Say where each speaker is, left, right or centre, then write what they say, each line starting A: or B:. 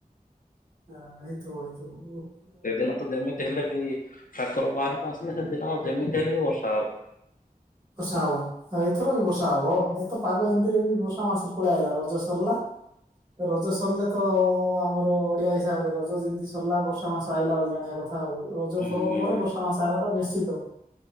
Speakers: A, on the right (about 30°); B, on the left (about 60°).
A: ହ ହେଇଥିବା ହେଇଥିବା।
B: ସେଦିନ ତ ଯେମିତି ହେଲେ ବି ଠାକୁର ବାହାରକୁ ସେଦିନ ଯେମିତି ହେଲେ ବି ବର୍ଷା ହେବ।
A: ବର୍ଷା ହବ ଏଥର ବି ବର୍ଷା ହବ ଏ ତ ପାଗ ଏମତିରେ ବି ବର୍ଷା ମାସ। ପଳାଇଲା ରଜ ସରିଲା। ରଜ ସରିଲେ ତ ଆମର ଓଡିଆ ହିସାବରେ ରଜ ଯେମିତି ସରିଲା ବର୍ଷା ମାସ ଆଇଲା ବୋଲି ଜାଣିବା କଥା। ଆଉ ରଜ
B: ହୁଁ
A: ପର୍ବ ପରେ ବର୍ଷା ମାସ ଆଇବ ନିଶ୍ଚିତ